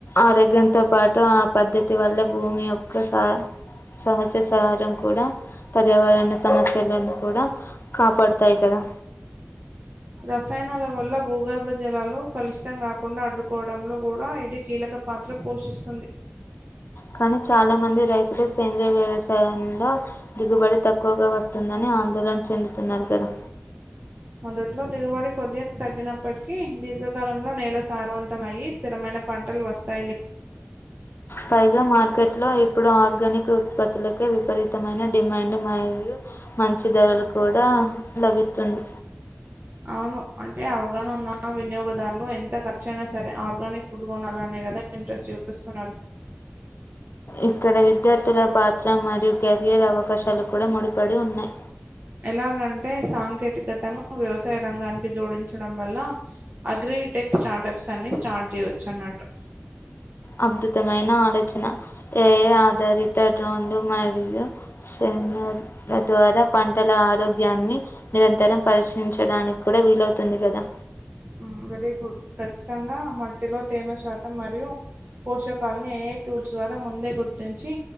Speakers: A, on the left; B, on the right.
A: ఆరోగ్యంతో పాటు ఆ పద్ధతి వల్ల భూమి యొక్క సా సహజ సహారం కూడా పర్యావరణ సమస్యలని కూడా కాపాడుతాయి కదా
B: రసాయనాల వల్ల భూగర్భ జలాలు కలుషితం కాకుండా అడ్డు డంలో కూడా ఇది కీలక పాత్ర పోషిస్తుంది
A: కానీ చాలా మంది రైతులు సేంద్రీయ వ్యవసాయంలో దిగుబడి తక్కువగా వస్తుందని ఆ ఆందోళన చెందుతున్నారు కదా
B: మొదట్లో దిగుబడి కొద్ది తగ్గినప్పటికీ దీర్ఘకాలంలో నేల సారవంతమయ్యి స్థిరమైన పంటలు వస్తాయిలే
A: పైగా మార్కెట్లో ఇప్పుడు ఆర్గానిక్ ఉత్పత్తులకే విపరీతమైన డిమాండ్ మరియు మంచి ధరలు కూడా లభిస్తుంది
B: అవును. అంటే అవగాహన ఉన్న వినియోగదారులు ఎంత ఖర్చు అయినా సరే ఆర్గానిక్ ఫుడ్ కొనాలనే కదా ఇంట్రెస్ట్ చూపిస్ స్తున్నారు
A: ఇక్కడ విద్యార్థుల పాత్ర మరియు కెరియర్ అవకాశాలు కూడా ముడిపడి ఉన్నాయ్
B: ఎలాగంటే సాంకేతికతను వ్యవసాయ రంగానికి జోడించడం వల్ల అగ్రిటెక్ స్టార్టప్స్ అన్ని స్టార్ట్ చేయవచ్చు అన్నట్టు
A: అద్భుతమైన ఆలోచన ఏఐ ఆధారిత డ్రోన్లు మరియు యు సేనేర్త ద్వారా పంటల ఆరోగ్యాన్ని నిరంతరం పరశీలించడానికి కూడా వీలవుతుంది గదా
B: హ్మ్. Very good. ఖచ్చితంగా మట్టిలో తేమ శాతం మరియు పోషకాలను ఏఐ టూల్స్ ద్వారా ముందే గుర్తించి